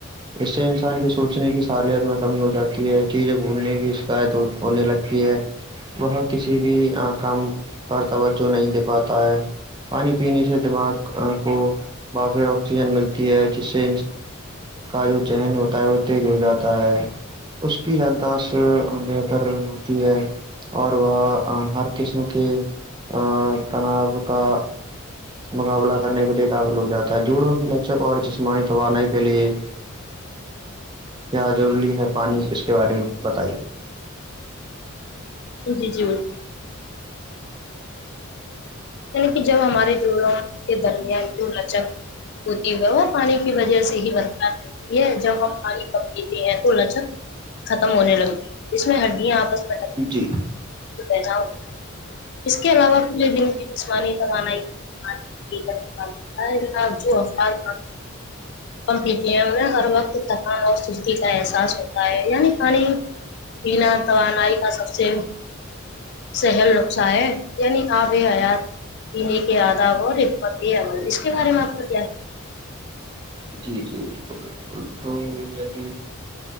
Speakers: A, on the right; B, on the left.
A: اس سے انسان کے سوچنے کی سالت میں کمی ہو جاتی ہے چیزب گھڑنے کی شکایت ہونے لگتی ہے وہ کسی بھی کام پر توجہ نہیں دے پاتا ہے پانی پینے سے دماغ کو با پھر آکسیجن ملتی ہے جس سے کا جو چہن ہوتا ہے وہ تیز ہو جاتا ہے اس کی س بہتر ہوتی ہے اور وہ ہر قسم کے ا تناب کا مقابلہ کرنے کے لیے قابل ہو جاتا جوڑوں کی لچک اور جسمانی توانا کے لیے کیا ضروری ہے پانی اس کے بارے میں بتائیے
B: ج جی جی یعنی کہ جب ہمارے جوڑوں کے درمیان د لچک ہوتی ہے وہ پانی کی وجہ سے ہی برتااتے ہے جب ہم پانی کم پیتے ہیں تو لجک ختم ہونے لگی ج میں ہڈیاں آپس میں
A: جی
B: پیدا ہوتا ہے اس کے علاوہ پورے دن جسمانی توانائی ہے آپ جو افراد پمپ لیتی ہیں انہیں ہر وقت تھکان اور سستی کا احساس ہوتا ہے یعنی پانی پینا توانائی کا سب سے سہل نقصا ہے یعنی آپ یہ حیات تین کے آدا ربت اے اول اس کے بارے میں آپ کا کیا ہے
A: جی جی بالکل بالکل تو ید